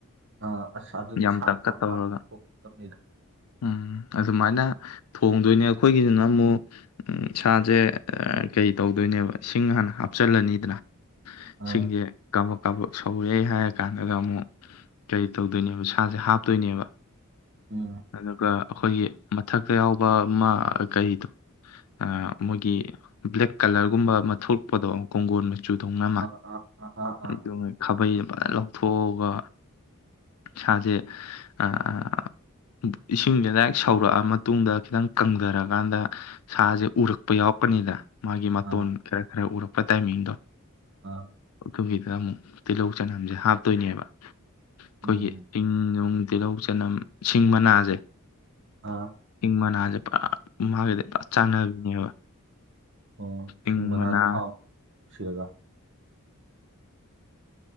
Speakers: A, on the right (about 55°); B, on the left (about 75°).
A: ꯑꯥ ꯑꯁ ꯑꯗꯨꯗꯤ
B: ꯌꯥꯝ
A: ꯁꯥ
B: ꯇꯛꯀ
A: ꯃꯌꯥꯝ
B: ꯇꯧꯔꯒ
A: ꯍꯥꯞ ꯊꯣꯛꯀꯗꯕꯅꯤꯗ
B: ꯎꯝ ꯑꯗꯨꯃꯥꯏꯅ ꯊꯣꯡꯗꯣꯏꯅꯦ ꯑꯩꯈꯣꯏꯒꯤꯗꯨꯅ ꯑꯃꯨꯛ ꯁꯥꯁꯦ ꯀꯩ ꯇꯧꯗꯣꯏꯅꯣ ꯅꯦꯕ ꯏꯁꯤꯡ ꯍꯥꯟꯅ ꯍꯥꯞꯆꯤꯜꯂꯅꯤꯗꯅ
A: ꯑꯥ
B: ꯏꯁꯤꯡꯁꯦ ꯀꯕ ꯀꯕ ꯁꯧꯔꯦ ꯍꯥꯏꯔ ꯀꯥꯟꯗꯨꯗ ꯑꯃꯨꯛ ꯀꯔꯤ ꯇꯧꯗꯣꯏꯅꯣ ꯑꯗꯨ ꯁꯥꯁꯦ ꯍꯥꯞꯇꯣꯏꯅꯦꯕ
A: ꯎꯝ
B: ꯑꯗꯨꯒ ꯑꯩꯈꯣꯏꯒꯤ ꯃꯊꯛꯇ ꯌꯥꯎꯕ ꯑꯃ ꯀꯔꯤꯗꯣ ꯑ ꯃꯣꯏꯒꯤ ꯕ꯭ꯂꯦꯛ ꯀꯂꯔꯒꯨꯝꯕ ꯑꯃ ꯊꯣꯛꯄꯗꯣ ꯀꯣꯡꯒꯣꯟ ꯃ ꯆꯨꯊꯨꯡꯅꯃ
A: ꯑꯥ ꯑꯥ ꯑꯥ ꯑꯥ ꯑꯥ
B: ꯑꯗꯣ
A: ꯑꯥ
B: ꯈꯥꯕꯩ ꯐꯖꯅ ꯂꯧꯊꯣꯛꯑꯒ ꯁꯥꯥꯁꯦ ꯑꯥ ꯏꯁꯤꯡꯁꯤꯅ ꯁꯧꯔꯛꯑ ꯃꯇꯨꯡꯗ ꯈꯤꯇꯪ ꯀꯪꯊꯔꯀꯥꯟꯗ ꯁꯥꯁꯦ ꯎꯔꯛꯄ ꯌꯥꯎ ꯌꯥꯎꯔꯛꯄꯅꯤꯗ ꯃꯥꯒꯤ ꯃꯇꯣꯟ
A: ꯑꯥ
B: ꯈꯔ ꯈꯔ ꯎꯔꯛꯄ ꯇꯥꯏꯃꯤꯡꯗꯣ
A: ꯑꯥ
B: ꯑꯗꯨꯒꯤꯗ ꯑꯃꯨꯛ ꯇꯤꯜꯍꯧ ꯆꯅꯝꯁꯦ ꯍꯥꯞꯇꯣꯏꯅꯦꯕ ꯑꯩꯈꯣꯏꯒꯤ
A: ꯎꯝ
B: ꯆꯤꯡ ꯅꯨꯡ ꯇꯤꯜꯍꯧ ꯆꯅꯝ ꯁꯤꯡ ꯃꯅꯥꯖꯦ
A: ꯑꯥ
B: ꯃꯅꯥꯁꯦ ꯄꯨꯔ ꯃꯥꯒꯗꯤ ꯄꯨ ꯆꯥꯟꯅꯕꯤꯅꯦꯕ
A: ꯑꯣ ꯁꯤꯡ
B: ꯏꯪ
A: ꯃꯅꯥꯁꯨ
B: ꯃꯅꯥ
A: ꯍꯥꯎꯅ ꯅꯨꯡꯁꯤꯔꯒ